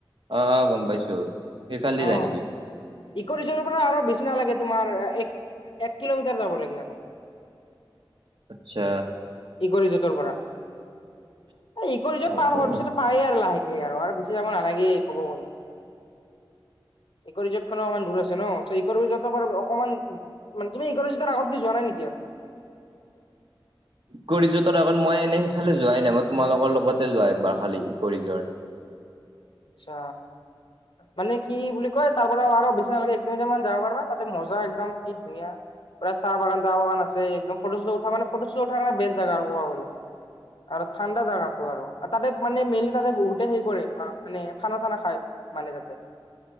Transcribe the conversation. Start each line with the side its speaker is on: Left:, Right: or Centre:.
Right: অ অ গম পাইছোঁ সেইফালেদি
Left: অ'।
Right: যায় নেকি।
Left: ইক' ৰিজটৰ পৰা আৰু বেছি নালাগে তোমাৰ এক এক কিলোমিটাৰ যাব লাগে আৰু।
Right: আচ্ছা
Left: কি কৰিছা তাৰ পৰা। এ ইক ৰিজৰ্ট
Right: অ
Left: পাৰ হোৱাৰ
Right: অ
Left: পিছতে পায়ে আৰু লাহেকে আৰু আৰু বেছি যাব নালাগে ক'ব গ'লে। ইক ৰিজৰ্ট খনে অকমান দুৰ আছে ন চ ইক ৰিজৰ্ট অকণমান তুমি ইক ৰিজৰ্টৰ আগত কি যোৱা নাই নেকি। আৰু <inaudible>
Right: ইক ৰিজৰ্টত আগত এনে সেইফালে যোৱা নাই মই তোমাৰ লগৰ লগতে যোৱা এক বাৰ খালি ইক ৰিজৰ্ট।
Left: আচ্ছা। মানে কি বুলি কয় তাৰ পৰা আৰু বেছি নালাগে এক কিলোমিটাৰ মান যাব পাৰিবা তাতে মজা একদম কি ধুনীয়া চাহ বাগান টাহ বাগান আছে একদম ফটো চটো উঠা মানে ফটো চটো উঠাৰ বেষ্ট জাগা আৰু ক'ব গ'লে। আৰু ঠাণ্ডা জাগাটো আৰু তাতে মানে মেইনলি তাতে বহুতে হেৰী কৰে। মানে খানা চানা খায় মানে তাতে